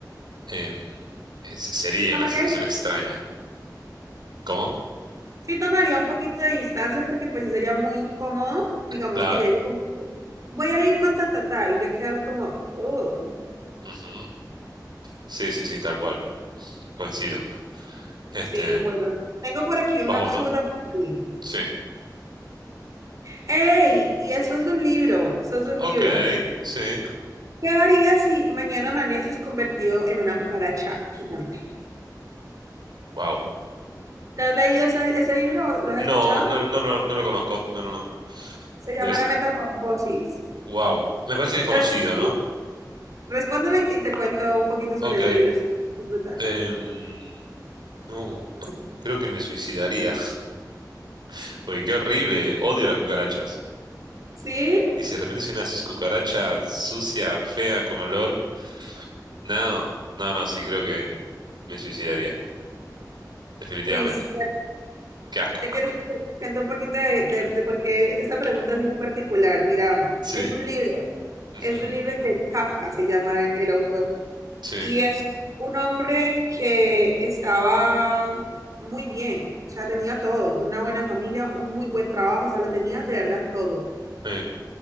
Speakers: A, on the right (about 85°); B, on the right (about 50°).
A: em, ese sería
B: Tomaría,
A: una sensación extraña. ¿Cómo?
B: sí tomaría un poquito de distancia porque pues sí sería muy incómodo, digamos
A: Claro.
B: que ya digo como que voy a ir con ta ta ta y yo quedar como, oh.
A: Ujú. Sí, sí, sí, tal cual. Coincido. Este,
B: Sí, bueno, tengo por aquí una
A: vas vos,
B: absurda.
A: ¿no?
B: para ti.
A: Sí.
B: ¡Ey! Y esto es de un libro, esto es de un
A: Ok,
B: libro.
A: sí.
B: ¿Qué harías si mañana amaneces convertido en una cucaracha gigante?
A: Wow.
B: ¿Te has leído ese, ese libro? o ¿Lo has
A: No,
B: escuchado?
A: no, no, no, no, no lo conozco. No, no, no.
B: Se llama
A: Debes...
B: La Metamorfosis.
A: Wow. Me parece que es conocido,
B: Respóndeme,
A: ¿no?
B: respóndeme y te cuento un poquito sobre
A: Ok.
B: ese libro. Es brutal.
A: Em, No, <clears throat> creo que me suicidaría, <laughs> porque qué horrible, odio las cucarachas.
B: ¿Sí?
A: Y si de repente soy una cucaracha sucia, fea, con olor, no, no, no, sí, creo que me suicidaría, definitivamente.
B: Uy, sí,
A: Qué asco.
B: te quiero que te cuente un poquito de, de, de por qué esta pregunta es muy particular. Mira,
A: Sí,
B: es de un libro,
A: ujú,
B: es de un libro de Kafka, se llama el autor.
A: sí,
B: Y es un hombre que estaba muy bien, o sea, tenía todo, una buena familia, un muy buen trabajo, o sea, lo tenía de verdad todo.
A: eh,